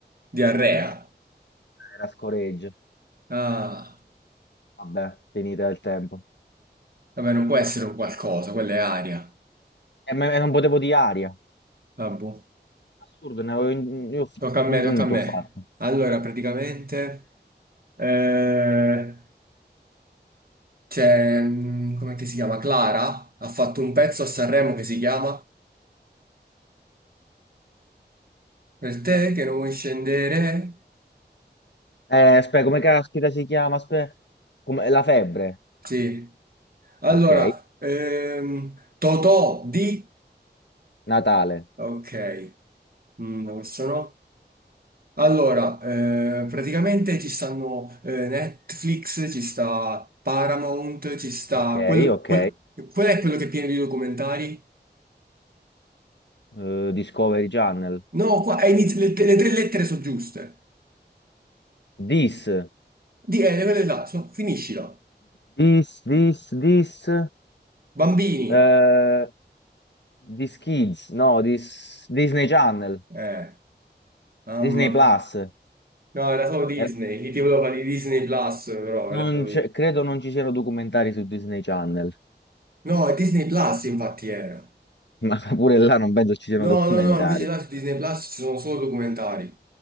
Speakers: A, on the right; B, on the left.
A: diarrea.
B: Era scoreggia.
A: Ah,
B: Vabbè, finita il tempo.
A: vabbè, non può essere un qualcosa, quella è aria.
B: E, me- e non potevo di aria.
A: Vabbè,
B: Assurdo, ne avevo in- io f-
A: tocca a me,
B: un punto
A: tocca a me.
B: ho fatto.
A: Allora, praticamente... eh, C'è, mm, com'è che si chiama? Clara ha fatto un pezzo a Sanremo che si chiama Per te che non vuoi scendere.
B: Eh, aspetta, come caspita si chiama? Aspetta, come- la febbre,
A: Sì. Allora,
B: ok.
A: ehm, Totò di...
B: Natale,
A: Ok, Mm, no, questo no. Allora, eh, praticamente ci stanno eh, Netflix, ci sta Paramount, ci sta...
B: ok,
A: Quello,
B: ok.
A: quel- qual è quello che è pieno di documentari?
B: Eh, Discovery Channel.
A: No, qua è iniz- le, le tre lettere sono giuste.
B: This,
A: Di, eh, le quelle là, so- finiscila.
B: this, this, this.
A: Bambini.
B: eh, this Kids, no, this, Disney Channel,
A: Eh. Mamma
B: Disney
A: mia.
B: Plus.
A: No, era solo Disney,
B: Eh,
A: gli ti volevo fare di Disney Plus, però
B: non
A: era solo
B: c'è-
A: di-
B: credo non ci siano documentari su Disney Channel,
A: No, è Disney Plus infatti era.
B: <laughs> ma pure là non penso ci siano
A: No,
B: documentari.
A: no, no, invece là su Disney Plus ci sono solo documentari.